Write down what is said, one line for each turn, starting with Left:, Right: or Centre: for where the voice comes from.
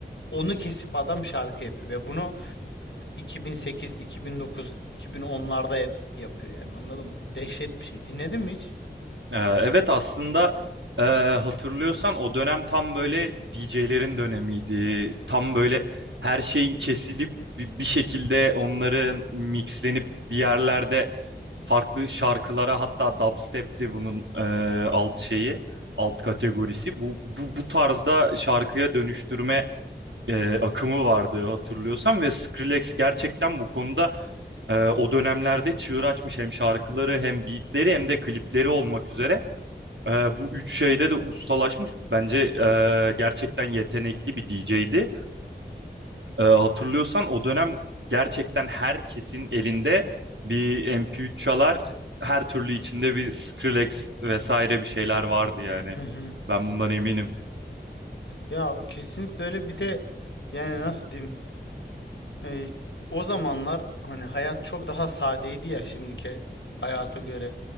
Left: Onu kesip adam şarkı yapıyor ve bunu 2008, 2009, 2010'larda yap- yapıyor yani anladın mı? Dehşet bir şey. Dinledin mi hiç?
Right: Ee, Evet aslında e, hatırlıyorsan o dönem tam böyle D DJ'lerin dönemiydi. Tam böyle her şeyin kesilip bi- bir şekilde onların mixlenip bir yerlerde farklı şarkılara hatta dubstep'ti bunun e, alt şeyi, alt kategorisi. Bu, bu, bu tarzda şarkıya dönüştürme e, akımı vardı hatırlıyorsan ve Skrillex gerçekten bu konuda e, o dönemlerde çığır açmış hem şarkıları hem beatleri hem de klipleri olmak üzere. Ee, bu üç şeyde de ustalaşmış. Bence e, gerçekten yetenekli bir DJ'di. Ee, hatırlıyorsan o dönem gerçekten herkesin elinde bir MP3 çalar, her türlü içinde bir Skrillex vesaire bir şeyler vardı yani.
Left: Hı hı.
Right: Ben bundan eminim.
Left: Ya kesinlikle öyle bir de yani nasıl diyeyim E, o zamanlar hani hayat çok daha sadeydi ya şimdiki hayata göre.